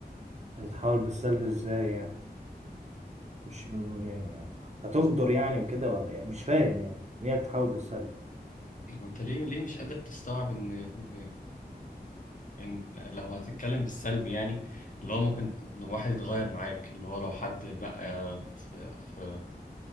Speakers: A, on the right; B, on the left.
A: هتتحول بالسلب ازاي يعني مش م- يعني هتغدر يعني وكده ولا يعني مش فاهم يعني ان هي بتتحول بالسلب
B: وانت ليه ليه مش قادر تستوعب ان إن- يعني لو هتتكلم بالسلب يعني اللي هو ممكن إن واحد يتغير معاك اللي هو لو حد بقى في في-